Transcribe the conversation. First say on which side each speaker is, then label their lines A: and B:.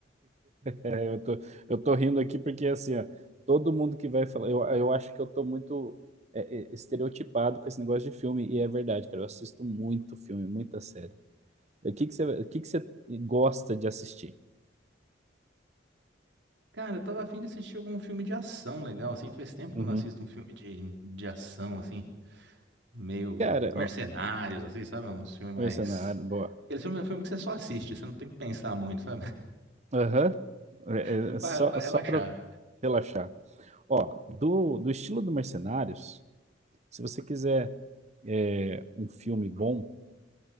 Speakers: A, on the right; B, on the right.
A: Eu tô, eu tô rindo aqui porque, assim, ó, todo mundo que vai falar, eu, eu acho que eu tô muito é, é, estereotipado com esse negócio de filme, e é verdade, cara, eu assisto muito filme, muita série. O que que você, o que que você gosta de assistir?
B: Cara, eu tava afim de assistir algum filme de ação legal, assim. Faz tempo que
A: Uhum.
B: eu não assisto um filme de, de ação, assim. Meio
A: Cara,
B: mercenários,
A: ó,
B: assim, sabe? Um filme mais.
A: Mercenário, boa.
B: Aquele filme é um filme que você só assiste, você não tem que pensar muito, sabe?
A: Aham. É,
B: Filme
A: é, só,
B: pra, pra
A: só
B: relaxar.
A: pra relaxar. Ó, do, do estilo do Mercenários. Se você quiser é, um filme bom,